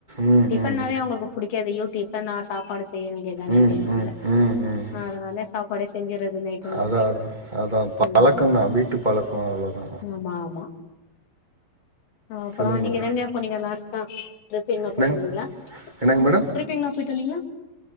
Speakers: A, on the right; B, on the left.
A: ம்
B: டிஃபன்னாவே
A: ம்
B: அவங்களுக்கு புடிக்காது ஐயோ டிஃபனா சாப்பாடு செய்ய வேண்டியதானே
A: ம்
B: அப்டின்வாங்க
A: ம் ம் ம்
B: அதனால சாப்பாடே செஞ்சுறது நைட்டும்
A: அதா அதா அதா பழக்கந்தா
B: ம் ம்
A: வீட்டு பழக்கோ அவ்ளோதா
B: ஆமா ஆமா அப்பறோ
A: சொல்லுங்க
B: நீங்க
A: மேடம்
B: எங்க போனிங்க லாஸ்ட்டா ட்ரிப் எங்னா போய்ட்டு
A: என்னங்
B: வந்திங்ளா
A: என்னங்க மேடம்
B: ட்ரிப் எங்னா போய்ட்டு வந்திங்ளா